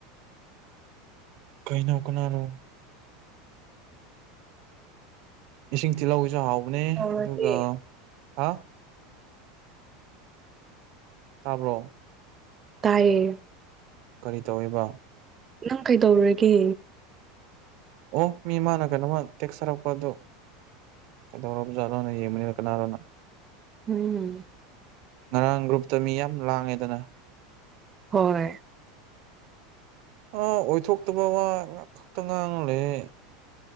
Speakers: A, on the right; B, on the right.
A: ꯀꯩꯅꯣ ꯀꯅꯥꯔꯣ ꯏꯁꯤꯡ ꯇꯤꯜꯍꯧꯒꯤꯁꯨ ꯍꯥꯎꯕꯅꯦ
B: ꯇꯧꯔꯒꯦ
A: ꯑꯗꯨꯒ ꯍꯥ ꯇꯥꯕ꯭ꯔꯣ
B: ꯇꯥꯏꯌꯦ
A: ꯀꯔꯤ ꯇꯧꯋꯦꯕ
B: ꯅꯪ ꯀꯩꯗꯧꯔꯒꯦ
A: ꯑꯣ ꯃꯤ ꯑꯃꯅ ꯀꯩꯅꯣꯝꯃ ꯇꯦꯛꯁ ꯊꯥꯔꯛꯄ ꯗꯨ ꯀꯩꯗꯧꯔꯕ ꯖꯥꯠꯅꯣꯅ ꯌꯦꯡꯕꯅꯤ ꯀꯅꯥꯔꯣꯅ
B: ꯎꯝ
A: ꯉꯔꯥꯡ ꯒ꯭ꯔꯨꯞꯇ ꯃꯤ ꯌꯥꯝ ꯂꯥꯡꯉꯦꯗꯅ
B: ꯍꯣꯏ
A: ꯑꯥ ꯑꯣꯏꯊꯣꯛꯇꯕ ꯋꯥ ꯉꯛꯇ ꯉꯥꯡꯉ ꯂꯩꯌꯦ